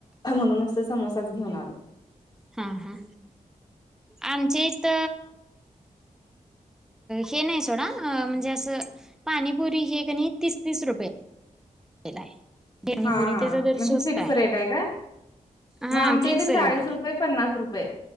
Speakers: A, on the left (about 30°); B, in the centre.
A: म्हणून असं समोसाच घेऊन आलो...
B: हा हा आमच्या इथ... हे नाही सोडा म्हणजे असं पाणीपुरी हे कणी तीस तीस रुपये.... ला आहे पाणीपुरी
A: हा हा
B: त्याचा दर
A: म्हणजे
B: स्वस्त
A: फिक्स रेट आहे काय?
B: हा
A: मग आमच्या
B: फिक्स
A: इथे चाळीस
B: रेट आहे
A: रुपये पन्नास रुपये